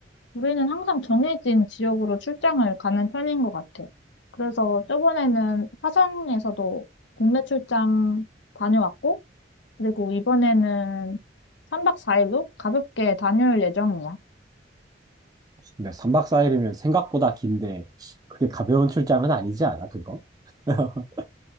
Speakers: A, on the left; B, on the right.
A: 우리는 항상 정해진 지역으로 출장을 가는 편인 것 같아. 그래서 저번에는 화성에서도 국내 출장 다녀왔고, 그리고 이번에는 3박 4일로 가볍게 다녀올 예정이야.
B: 근데 3박 4일이면 생각보다 긴데, 그게 가벼운 출장은 아니지 않아, 그거? <laughs>